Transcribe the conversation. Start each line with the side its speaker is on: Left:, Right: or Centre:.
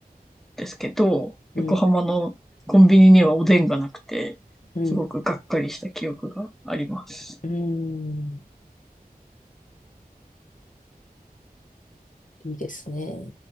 Centre: ですけど、
Left: うん、
Centre: 横浜のコンビニにはおでんがなくて、
Left: うん、
Centre: すごくがっかりした記憶があります。
Left: うん、いいですね。